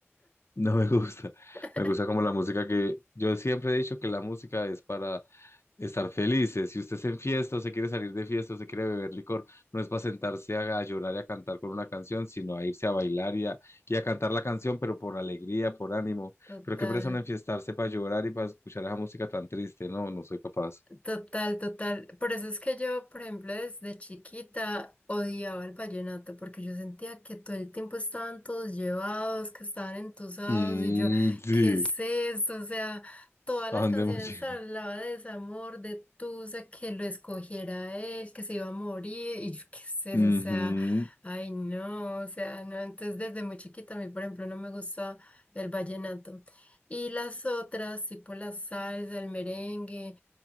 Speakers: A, on the left; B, on the left.
A: No me gusta.
B: <laughs>
A: Me gusta como la música que yo siempre he dicho que la música es para estar felices. Si usted se enfiesta o se quiere salir de fiesta o se quiere beber licor, no es para sentarse a, a llorar y a cantar con una canción, sino a irse a bailar y a, y a cantar la canción, pero por alegría, por ánimo.
B: total.
A: Pero qué presa no enfiestarse para llorar y para escuchar esa música tan triste. No, no soy capaz.
B: Total, total. Por eso es que yo, por ejemplo, desde chiquita odiaba el vallenato, porque yo sentía que todo el tiempo estaban todos llevados, que estaban entusados,
A: Mm,
B: y yo,
A: sí.
B: ¿qué es esto? O sea, todas
A: ¿A
B: las
A: dónde
B: canciones
A: hemos llegado?
B: hablaba de desamor, de tusa, que lo escogiera él, que se iba a morir, y yo, ¿qué es eso?
A: Ujú,
B: O sea, ay, no, o sea, no. Entonces, desde muy chiquita, a mí, por ejemplo, no me gusta el vallenato. Y las otras, tipo la salsa, el merengue.